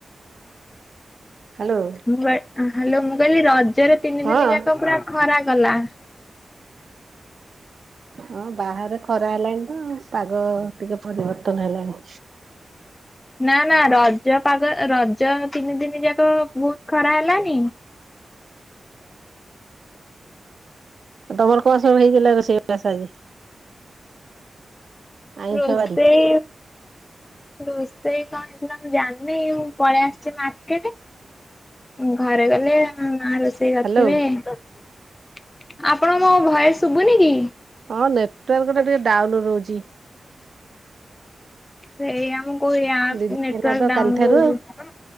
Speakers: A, on the right; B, on the left.
A: ହ୍ୟାଲୋ
B: ମୁଁ ହାଲୋ ମୁଁ କହିଲି ରଜ ରଜ ରେ ତିନି
A: ହଁ
B: ଦିନ ଯାକ ପୁରା ଖରା କଲା।
A: ହଁ ବାହାରେ ଖରା ହେଲାଣି ତ ପାଗ ଟିକେ ପରିବର୍ତନ ହେଲାଣି।
B: ନା ନା ରଜ ପାଗ ରଜ ତିନି ଦିନି ଯାକ ବହୁତ ଖରା ହେଲାନି।
A: ତମର କଣ ସବୁ ହେଇଥିଲା ରୋଷେଇ ବାଷ ଆଜି? ଆଇଁଷ
B: ରୋଷେଇ
A: ବାରି
B: ରୋଷେଇ କଣ ହେଇଥିଲା ମୁଁ ଜାଣିନି ମୁଁ ପଳେଇ ଆସିଛି ମାର୍କେଟ ଘରେ ଗଲେ ମା ରୋ ସେ କରିଥିବେ।
A: ହାଲୋ
B: ଆପଣଙ୍କୁ ମୋ ଭଏସ ଶୁଭୁନି କି?
A: ହଁ ନେଟୱାର୍କ ଟା ଟିକେ ଡାଉନ ରହୁଛି।
B: ସେ ଏଇା ମୁଁ କହୁ ଆପ
A: ଦି ଦିନ
B: ନେଟୱର୍କ
A: ହେଲା ତ
B: ଡାଉନ
A: କାଲିଠାରୁ
B: ରହୁଚି
A: ଆଉ